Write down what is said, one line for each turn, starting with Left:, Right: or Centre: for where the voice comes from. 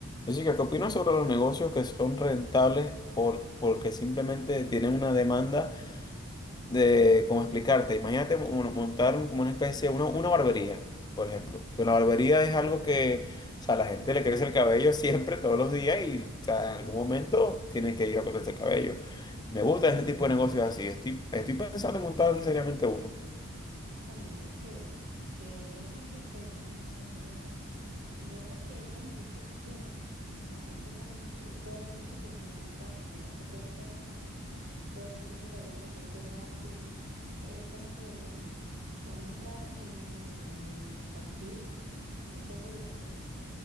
Left: Jessica, ¿qué opinas sobre los negocios que son rentables por, porque simplemente tienen una demanda de, cómo explicarte, imagínate mo- montar un- como una especie, una, una barbería, por ejemplo, que la barbería es algo que, o sea, la gente le crece el cabello siempre, todos los días y, o sea, en algún momento tienen que ir a cortarse el cabello. Me gusta ese tipo de negocios así, estoy, estoy pensando en montar seriamente uno.
Right: Chale, Enrique, créeme que sería muy buena idea. Primero porque, como dices tú, la gente casi t- todo el tiempo se teniendo a afeitar, porque más que todo ustedes los hombres, todo el tiempo ese cabello le crece rápido. Es como que, bueno, una entrada de dinero muy, muy factible, es segura, pues